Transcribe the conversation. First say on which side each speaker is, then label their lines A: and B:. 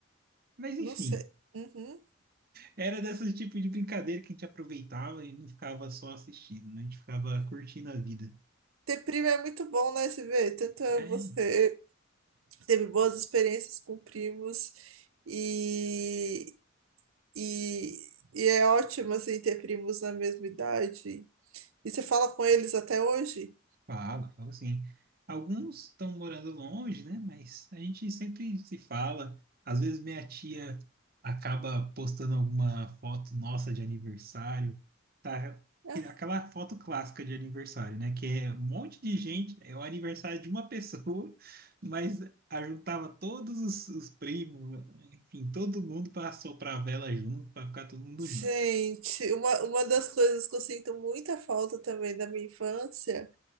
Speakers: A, on the right (about 45°); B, on the right (about 85°).
A: Mas enfim,
B: Não sei. Uhum.
A: era desse tipo de brincadeira que a gente aproveitava e não ficava só assistindo, né? A gente ficava curtindo a vida.
B: Ter primo é muito bom, né, CV? Tanto é
A: É.
B: você teve boas experiências com primos e, e, e é ótimo, assim, ter primos na mesma idade. E você fala com eles até hoje?
A: Fala, fala sim. Alguns estão morando longe, né? Mas a gente sempre se fala. Às vezes minha tia acaba postando alguma foto nossa de aniversário. Tá? Aquele-
B: Ah,
A: Aquela foto clássica de aniversário, né? Que é um monte de gente, é o aniversário de uma <laughs> pessoa, mas ajuntava todos os, os primos, enfim, todo mundo para soprar a vela junto, para ficar todo mundo
B: gente,
A: junto.
B: uma, uma das coisas que eu sinto muita falta também da minha infância